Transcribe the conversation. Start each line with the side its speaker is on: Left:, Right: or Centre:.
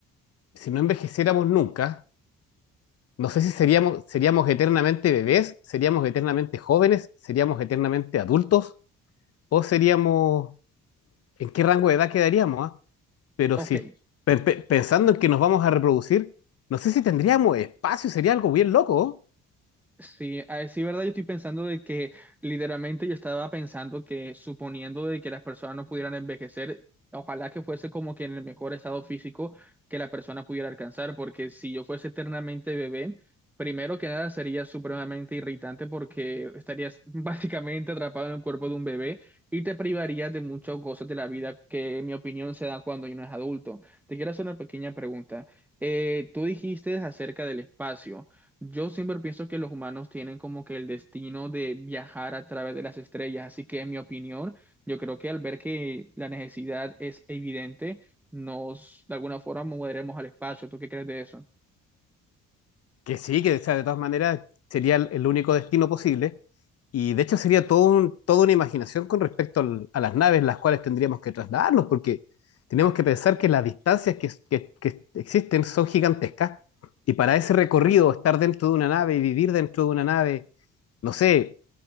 Left: si no envejeciéramos nunca, no sé si seríamos, seríamos eternamente bebés, seríamos eternamente jóvenes, seríamos eternamente adultos o seríamos, ¿en qué rango de edad quedaríamos, ah? pero
Centre: Ok,
Left: si pe- pe- pensando en que nos vamos a reproducir, no sé si tendríamos espacio, sería algo bien loco,
Centre: Sí, a decir verdad, yo estoy pensando de que literalmente yo estaba pensando que suponiendo de que las personas no pudieran envejecer, ojalá que fuese como que en el mejor estado físico que la persona pudiera alcanzar, porque si yo fuese eternamente bebé, primero que nada sería supremamente irritante porque estarías <laughs> básicamente atrapado en el cuerpo de un bebé y te privarías de muchas cosas de la vida que en mi opinión se da cuando uno es adulto. Te quiero hacer una pequeña pregunta. Eh, tú dijiste acerca del espacio. Yo siempre pienso que los humanos tienen como que el destino de viajar a través de las estrellas, así que en mi opinión, yo creo que al ver que la necesidad es evidente, nos de alguna forma moveremos al espacio. ¿Tú qué crees de eso?
Left: que sí, que o sea, de todas maneras sería el, el único destino posible, y de hecho sería todo un- toda una imaginación con respecto al- a las naves en las cuales tendríamos que trasladarnos, porque tenemos que pensar que las distancias que, que- que existen son gigantescas, y para ese recorrido, estar dentro de una nave y vivir dentro de una nave, no sé,